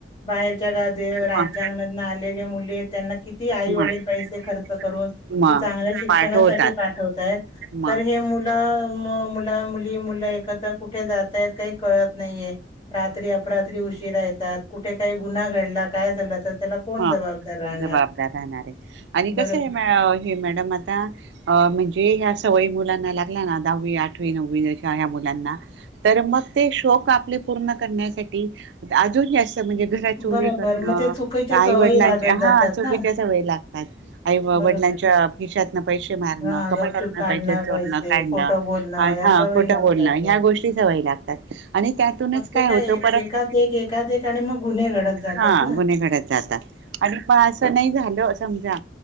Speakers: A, on the left; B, on the right.
A: बाहेरच्या ग- राज्यांम
B: मग
A: नालेले मुले त्यांना किती आई वडील
B: मग
A: पैसे खर्च करून.
B: मग
A: चांगल्या शिक्षणासाठी
B: पाठवतात
A: पाठवतायत
B: मग
A: तर हे मुल म मु ल- मुली मुलं एकत्र कुठे जातायत काही कळत नाहीेये रात्री अपरात्री उशीरा येतात कुठे काय गुन्हा घडला काय झालं तर त्याला कोण
B: हा
A: जबाबदार राहणार
B: जबाबदार राहणार ए आणि
A: बरोबर
B: कस आय म- हे मॅडम आता अ म्हणजे ह्या सवयी मुलांना लागल्या ना दहावी, आठवी, नववी अशा ह्या मुलांना. तर मग ते शौक आपले पूर्ण करण्यासाठी अजून जास्त म्हणजे घरात चोरी
A: बरोबर
B: करण.
A: मग ते चुकीच्या
B: आई
A: सवयी
B: वडिलांच्या
A: लागत जातात
B: हा चुकीच्या
A: ना
B: सवई लागतात आई वडिलांच्या
A: बरोबर
B: खिशातन पैसे मारणं
A: हा
B: कपाटातन
A: गपचूप काढणं
B: पैसे चोरणं
A: पैसे
B: काढणं
A: खोटं बोलणं या
B: हा
A: सवयी
B: खोटं
A: लागतात
B: बोलणं
A: मग
B: ह्या गोष्टी सवय लाग आणि त्यातूनच
A: मग ते
B: काय होत
A: एक
B: परत
A: एकात एक एकात एक आणि मग गुन्हे घडत जातात
B: हा
A: ना
B: गुन्हेघडत जातात. आणि पहा असं नाय झालं समजा.